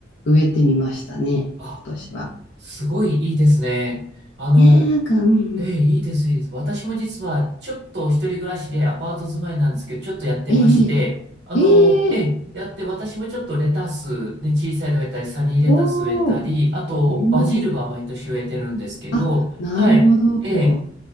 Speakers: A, on the left; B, on the right.
A: 植えてみましたね、
B: あ、
A: 今年は。
B: すごいいいですね。あの、
A: ねえ、なんか、うんうん。
B: ええ、いいです、いいです。私も実は、ちょっと一人暮らしでアパート住まいなんですけど、ちょっとやってまして、
A: え
B: あの、
A: え
B: ええ、
A: ええ
B: やって、私もちょっとレタス、ね、小さいの植えたり、サニーレタス植えたり、
A: おお、
B: あと、
A: うん。
B: バジルは毎年植えてるんですけど、
A: あ、なるほど。
B: はい、ええ、